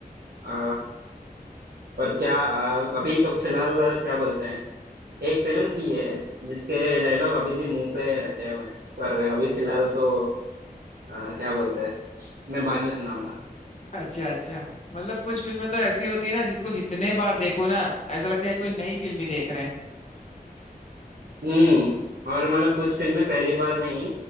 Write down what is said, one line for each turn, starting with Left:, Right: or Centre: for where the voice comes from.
Right: आ, पर क्या आ, अभी तो फिलहाल आ, क्या बोलते हैं एक फिल्म थी ये जिसके डायलॉग अभी भी मुंह पे रटे हुए हैं पर अभी फिलहाल तो आ, क्या बोलते हैं मैं बाद में सुनाऊंगा
Left: अच्छा अच्छा मतलब कुछ फिल्में तो ऐसी होती है ना जिसको जितने बार देखो ना ऐसा लगता है कोई नई फिल्म ही देख रहे हैं
Right: हम्म और मतलब कुछ फिल्में पहली बार में ही